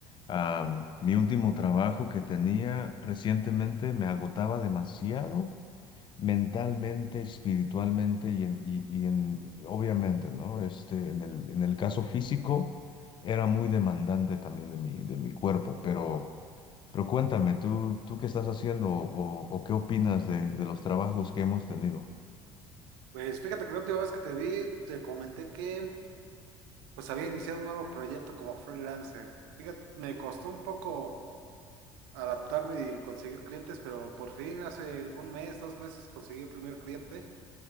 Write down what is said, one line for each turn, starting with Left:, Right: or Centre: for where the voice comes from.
Left: Am, mi último trabajo que tenía recientemente me agotaba demasiado mentalmente, espiritualmente y, en- y- y en, obviamente, ¿no? Este, en el, en el caso físico, era muy demandante también de mi, de mi cuerpo, pero... Pero cuéntame, ¿tú, tú qué estás haciendo o, o qué opinas de, de los trabajos que hemos tenido?
Right: Pues fíjate que la última vez que te vi, te comenté que pues había iniciado un nuevo proyecto como freelancer. Fíjate, me costó un poco adaptarme y conseguir clientes, pero por fin hace un mes, dos meses conseguí el primer cliente